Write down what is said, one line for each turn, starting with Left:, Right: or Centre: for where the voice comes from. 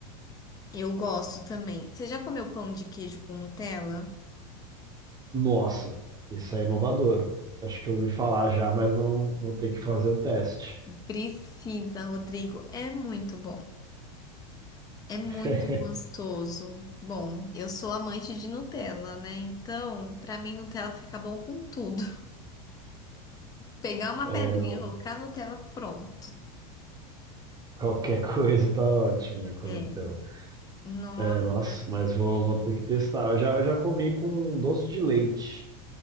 Left: eu gosto também. Você já comeu pão de queijo com Nutella?
Right: nossa, isso é inovador. Acho que eu ouvi falar já, mas não vou ter que fazer o teste.
Left: Precisa, Rodrigo. É muito bom. É muito
Right: <laughs>
Left: gostoso. Bom, eu sou amante de Nutella, né? Então, pra mim, Nutella fica bom com tudo. <laughs> Pegar uma
Right: É,
Left: pedrinha,
Right: não.
Left: colocar Nutella, pronto.
Right: Qualquer <laughs> coisa tá ótimo, né, com
Left: É.
Right: Nutella.
Left: Nossa,
Right: É, nossa, mas vou, vou ter que testar. Eu já, eu já comi com doce de leite,